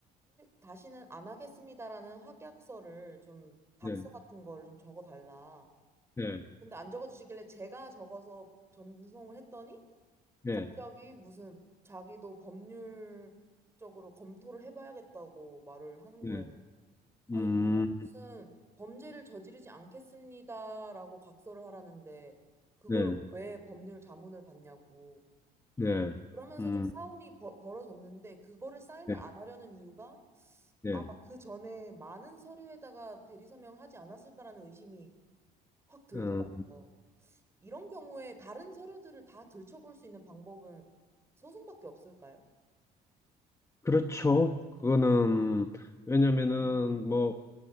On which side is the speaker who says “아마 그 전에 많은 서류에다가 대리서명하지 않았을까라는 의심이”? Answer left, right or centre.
Right